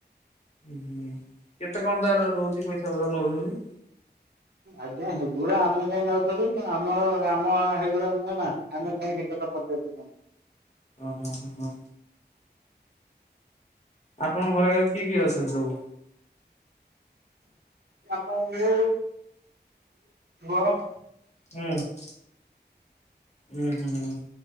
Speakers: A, on the left; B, on the right.
A: ଉ ହୁଁ କେତେ କଣ ତାର ରହୁଛି ପଇସା ପତ୍ର ନଉଛନ୍ତି?
B: ଆଜ୍ଞା ହେଗୁଡା ଆମେ କାହିଁ ଯାଉଥିଲୁୁ ଆମର କାମ ହେଗୁଡା ନା। ଆମେ ଯାଇଁ ହେକଥା ପଚାରୁଛୁ ତାଙ୍କୁ।
A: ଓ ହୋଁ ହଁ ହଁ। ଆପଣଙ୍କ ଘରେ ଘରେ କିଏ କିଏ ଅଛନ୍ତି ସବୁ?
B: ପ ମୁ <inaudible>
A: ହୁଁ। ହୁଁ ହୁଁ।